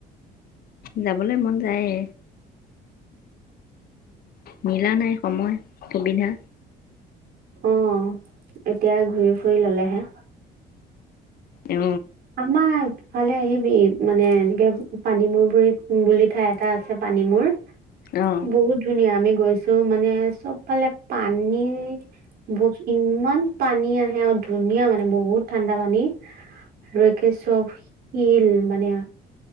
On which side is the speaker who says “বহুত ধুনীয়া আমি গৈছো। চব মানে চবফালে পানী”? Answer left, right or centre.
Right